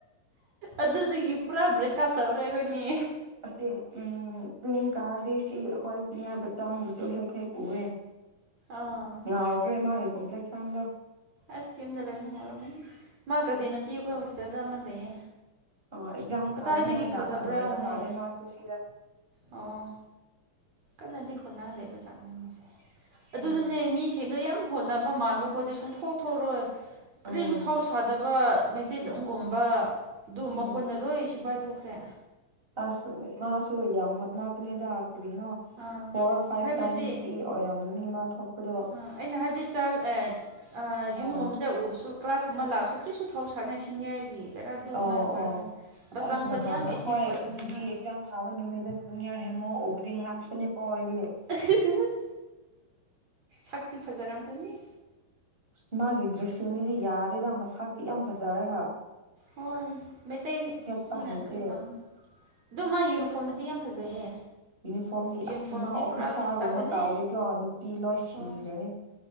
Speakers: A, on the right; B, on the right.
A: ꯑꯗꯨꯗꯒꯤ ꯄꯨꯔꯥ ꯕ꯭ꯔꯦꯛ ꯑꯞ ꯇꯧꯔꯦ ꯑꯩꯈꯣꯏꯅꯦ
B: ꯑꯁꯤ ꯎꯝ ꯆꯤꯡ ꯀꯥꯗꯤ ꯁꯤ ꯑꯩꯈꯣꯏ ꯁꯤꯅꯤꯌꯥꯔ ꯕꯥꯇꯥꯡꯕꯨꯁꯨ ꯍꯦꯛ ꯍꯦꯛ ꯎꯑꯦ
A: ꯑꯥ
B: ꯅꯎꯈ꯭ꯔꯦ ꯃꯥꯥꯏ ꯀꯣꯝꯄ꯭ꯂꯦꯛꯁꯟꯗꫭ
A: ꯑꯁ ꯌꯨꯝꯗ ꯂꯩꯕꯅꯤꯡ ꯉꯧꯔꯝꯃꯅꯤ ꯃꯥ ꯀꯖꯦꯟ ꯅꯨꯄꯤ ꯑꯩꯈꯣꯏ ꯍꯣꯁꯇꯥꯜꯗ ꯑꯃ ꯂꯩꯌꯦ
B: ꯑ ꯑꯦꯛꯖꯥꯝ
A: ꯀꯗꯥꯏꯗꯒꯤ
B: ꯊꯥꯅꯤꯉꯥꯏ
A: ꯐꯖꯕ꯭ꯔꯥ
B: ꯂꯥꯏꯕ
A: ꯍꯥꯏ
B: ꯃꯥꯜꯂꯦ ꯃꯥꯁꯨ ꯁꯤꯗ
A: ꯑꯣ ꯀꯟꯅꯗꯤ ꯍꯣꯠꯅ ꯂꯩꯕꯖꯥꯠꯅꯦ ꯃꯣꯏꯁꯦ ꯑꯗꯨꯗꯅꯦ
B: ꯎꯝ
A: ꯃꯤꯁꯤꯡꯗꯣ ꯌꯥꯝ ꯍꯣꯠꯅꯕ ꯃꯥꯟꯕ ꯈꯣꯏꯗ ꯁꯨꯡꯊꯣꯛ ꯊꯣꯛꯔꯣꯏ ꯀꯔꯤꯁꯨ
B: ꯎꯝ
A: ꯊꯧꯁꯥꯗꯕ ꯃꯩꯆ‌ꯦꯂꫭꯝꯒꯨꯝꯕ ꯑꯗꯨ
B: ꯎꯝ
A: ꯃꯈꯣꯟꯅ ꯂꯣꯏ ꯁꯤꯐꯥꯏ ꯊꯣꯛꯈ꯭ꯔꯦ
B: ꯑꯁ ꯃꯥꯁꯨ ꯌꯥꯝ ꯍꯣꯠꯅꯕꯅꯤꯗꯥ ꯀꫪꯤꯅꯣ
A: ꯑꯥ
B: ꯐꯣꯔ ꯐꯥꯏ꯭ꯚ
A: ꯍꯥꯏꯕꯗꯤ
B: ꯇꯥꯏꯝ ꯑꯣꯔꯃꯅꯤ ꯃꯥ ꯊꯣꯛꯄꯗꯣ
A: ꯑ ꯑꯩꯅ ꯍꯥꯏꯗꯤ ꯆꯔꯑ꯭ꯁ ꯑꯦ ꯌꯨꯝꯒꯨꯝꯕꯗ
B: ꯑ
A: ꯎꯕꯁꯨ ꯀ꯭ꯂꯥꯁ ꯑꯃ ꯂꯥꯛꯑꯁꯨ ꯀꯔꯤꯁꯨ ꯊꯧ ꯁꯥꯟꯅꯩ ꯁꯤꯅꯔꯒꯤ ꯍ‌ꯦꯔꯥ ꯑꯗꯨꯒꯨꯝꯕ‌ꯩ
B: ꯑꯣ
A: ꯑꫭꯏꫪꫭꯏꯗ
B: ꯑꯣ
A: ꯕꯆꯥꯡꯈꯣꯏꯗꯤ
B: ꯑꯁ ꯅꯍꯥꯟ
A: ꯌꯥꯝ
B: ꯑꯩꯈꯣꯏ
A: ꯑꯦꯛꯇꯤꯞ ꯑꯣꯏꯕꯅꯦꯕ
B: ꯖꯤꯗꯤ ꯑꯦꯛꯖꯥꯝ ꯊꯥꯕ ꯅꯨꯃꯤꯠꯇ ꯁꯨꯅꯤꯌꯥꯔ ꯍꯦꯃꯣ ꯎꯕꯗꯤ ꯉꯥꯛꯄꯅꯤꯀꯣ ꯑꯩꯗꯤ
A: <unintelligible> ꯁꯥꯛꯇꯤ ꯐꯖꯔꯝꯈꯅꯤ
B: ꯑꯁ ꯃꯥꯒꯤ ꯗ꯭ꯔꯦꯁꯁꯤꯡꯗꯨꯗꯤ ꯌꯥꯗꯦꯗ ꯃꯁꯥꯛꯛꯇꯤ ꯌꯥꯝ ꯐꯖꯔꯒ
A: ꯍꯣꯏ ꯃꯩꯇꯩꯁꯤꯡꯅ
B: ꯁꯦꯠꯄ ꯍꯩꯇꯦ
A: ꯀꫪꯤ ꯇꯧꯅꯤ ꯑꯗꯣ ꯃꯥ ꯌꯨꯅꯤꯐꯣꯔꯝꯗꯨꯗꯤ ꯌꯥꯝ ꯐꯖꯩꯌꯦ
B: ꯌꯨꯅꯤꯐꯣꯔꯝꯗꯤ
A: ꯌꯨꯅꯤꯐꯣꯔꯝꯗꯤ
B: ꯑꯁ ꯃꯥ ꯑꯣꯐꯤꯁꯥꯔꯒꯨꯝꯕ
A: ꯄꯨꯔꯥ ꯐꯤꯠ ꯇꯥꯕꯅꯦ
B: ꯇꯧꯔꯗꯤꯀꫭ ꯅꯨꯄꯤ ꯂꯣꯏ ꯁꯤꯈ꯭ꯔꯅꯤ
A: ꯍꯣꯏ